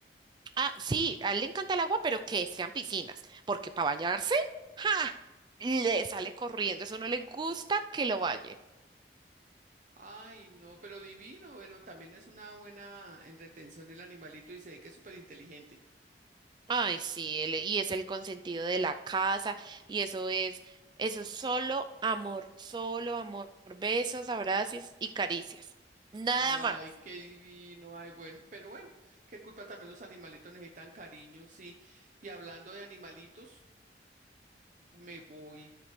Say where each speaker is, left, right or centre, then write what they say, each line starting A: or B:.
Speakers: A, on the right; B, on the right.
A: Ah, sí, a él le encanta el agua, pero que sean piscinas, porque para bañarse, ¡ja! Le sale corriendo, eso no le gusta que lo bañen.
B: Ay, no, pero divino. Bueno, también es una buena en retención el animalito y se ve que es súper inteligente.
A: Ay, sí, él- y es el consentido de la casa, y eso es, eso es solo amor, solo amor, besos, abrazos y caricias, nada
B: Ay,
A: más.
B: qué divino. Ay, bueno, pero bueno, qué culpa también los animalitos necesitan cariño, sí. Y hablando de animalitos, me voy